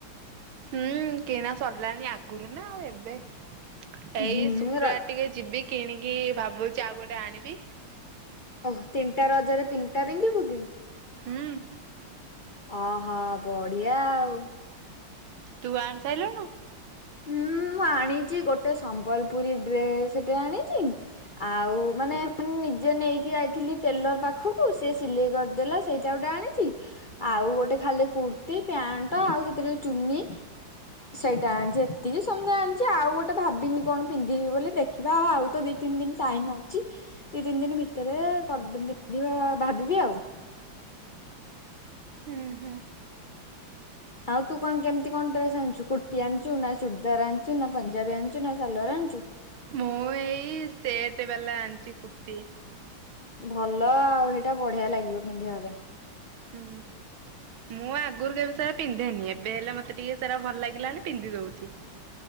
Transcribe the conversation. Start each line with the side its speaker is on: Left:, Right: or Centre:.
Right: ହୁଁ କିଣା ସରିଲାଣି ଆଗରୁ ନା ଏବେ। ଏଇ
Left: ହୁଁ
Right: ଶୁକ୍ରବାରେ
Left: ର
Right: ଟିକେ ଯିବି କିଣିକି ଭାବୁଚି ଆଉ ଗୋଟେ ଆଣିବି।
Left: ଓ ହୋ। ତିନିଟା ରଜରେ ତିନିଟା ପିନ୍ଧିବୁ କି?
Right: ହୁଁ।
Left: ଅ ହ। ବଢିଆ ଆଉ।
Right: ତୁ ଆଣି ସାଇଲୁଣୁ?
Left: ହୁଁ ମୁଁ ଆଣିଚି ଗୋଟେ ସମ୍ବଲପୁରୀ ଡ୍ରେସଟେ ଆଣିଚି। ଆଉ ମାନେ ମୁଁ ନିଜେ ନେଇକି ଯାଇଥିଲି ଟେଲର ପାଖକୁ ସେ ସିଲେଇ କରିଦେଲା। ସେଇଟା ଗୋଟେ ଆଣିଚି। ଆଉ ଗୋଟେ ଖାଲି କୁର୍ତ୍ତି ପ୍ୟାଣ୍ଟ ଆଉ ସେଥିରେ ଚୁନି ସେଇଟା ଆଣିଚି। ଇଏ ସମୁଦାଏ ଆଣିଚି ଆଉ ଗୋଟେ ଭାବିନି କଣ ପିନ୍ଧିବି ବୋଲି, ଦେଖିବା ଆଉ ତ ଦି ତିନି ଦିନ ଟାଇମ୍ ଅଛି। ଦି ତିନି ଦିନ ଭିତରେ କଣ ପିନ୍ଧିବା ଭାବିବି ଆଉ।
Right: ହୁଁ ହୁଁ।
Left: ଆଉ ତୁ କଣ କେମିତି କଣ ଡ୍ରେସ ଆଣିଚୁ? କୁର୍ତି ଆଣିଚୁ ନା ଚୁରଦାର୍ ଆଣିଚୁ ନା ପଞ୍ଜାବୀ ଆଣିଚୁ ନା ସାଲୱାର୍ ଆଣିଚୁ?
Right: ମୁଁ ଏଇ ସେଟ ବାଲା ଆଣିଚି କୁର୍ତ୍ତୀ।
Left: ଭଲ ଆଉ ହେଟା ବଢିଆ ଲାଗିବ ପିନ୍ଧିବା ପାଇଁ।
Right: ହୁଁ। ମୁଁ ଆଗରୁ କେବେ ସେରା ପିନ୍ଧେନି। ଏବେ ହେଲେ ମତେ ଟିକେ ସେରା ଭଲ ଲାଗିଲାଣି ପିନ୍ଧି ଦଉଚି।